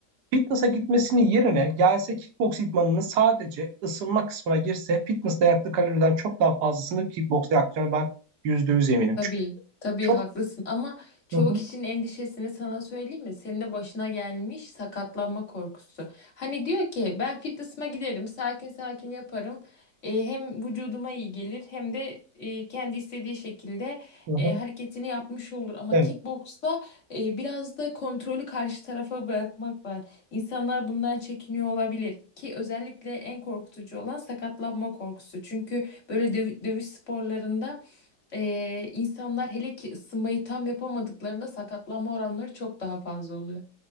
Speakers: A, on the right (about 70°); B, on the left (about 45°).
A: Fitness'a gitmesinin yerine gelse kickbox idmanını sadece ısınma kısmına girse fitness'ta yaktığı kaloriden çok daha fazlasını kickbox'ta yakacağını ben yüzde yüz eminim.
B: Tabii,
A: Çünkü
B: tabii
A: çok
B: haklısın ama çoğu
A: Hı hı,
B: kişinin endişesini sana söyleyeyim mi? Senin de başına gelmiş sakatlanma korkusu. Hani diyor ki ben fitness'ıma giderim, sakin sakin yaparım. E, hem vücuduma iyi gelir hem de e, kendi istediği şekilde
A: hı hı.
B: e, hareketini yapmış olur. Ama
A: Evet.
B: kickboksta e, biraz da kontrolü karşı tarafa bırakmak var. İnsanlar bundan çekiniyor olabilir ki özellikle en korkutucu olan sakatlanma korkusu. Çünkü böyle döv- dövüş sporlarında ee, insanlar hele ki ısınmayı tam yapamadıklarında sakatlanma oranları çok daha fazla oluyor.